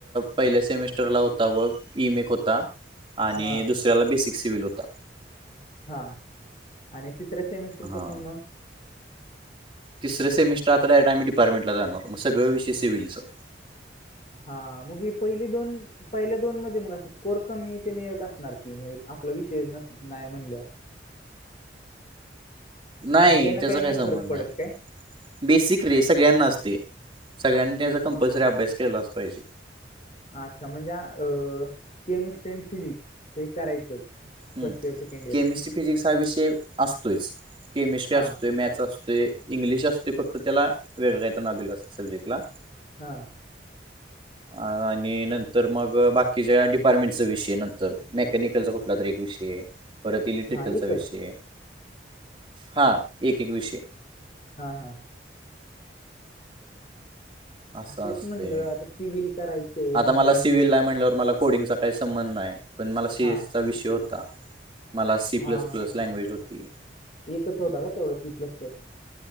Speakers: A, on the right (about 25°); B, on the left (about 35°).
A: पहिल्या सेमेस्टरला होता व ईमेक होता आणि
B: हा
A: दुसऱ्याला बेसिक सिव्हल होता.
B: हा आणि तिसऱ्या सेमिस्टर
A: हा
B: पासून मग
A: तिसं सेमिस्र आता आम िपार्टमें ला जाणारगळंष सि्हलचं.
B: हा मगी पहिली दोन पहिल्या दोन मध्ये मग अस स्कोर कमी ते यत असणार की म्हणजे आप विषय नाही म्हणल.
A: नाही
B: मग त्यानं
A: त्याचा
B: काही नाही
A: काय संबंध
B: फरक पडत
A: आहे.
B: काय
A: बेसिक रे सगळ्यांना असते सगळ्यांनी त्याचा कंपल्सरी अभ्यास केलाच पाहिजे.
B: अच्छा म्हणजे अ केमिस्ट्री अड फिजिक्स हे करायचंच.
A: ह
B: first year second year
A: chemistry physics हा विषय असतोयच केमिस्ट्री
B: हा
A: असतोय मॅथ्स असतो. ते इंग्लिश अस ते फक्त त्याला वेगळं काही तर ना दिलं असते सब्जेक्टला
B: हा.
A: आणि नंतर मग बाकीच्या डिपार्टमेंटचा विषय नंतर मेकनिक याचा कुठला तरी एक विषय परत इलेक्ट्रिकलचा
B: हा एकच
A: विषय हा एक, एक विषय.
B: हा, हा.
A: असं
B: तेच
A: असतय.
B: म्हणलं आता सिव्हल करायचंय
A: आता
B: म्हटलं
A: मला
B: आणि
A: सिविल
B: जर
A: ला आय म्हटल्यावर मला कोडिंगचा काही संबंध नाही, पण मला सीएसचा
B: हा
A: विषय होता. मला सी
B: हा
A: प्लस प्लस
B: हा हा
A: लँग्वेज होती.
B: एकच होता का तेवढा सी प्लस प्लस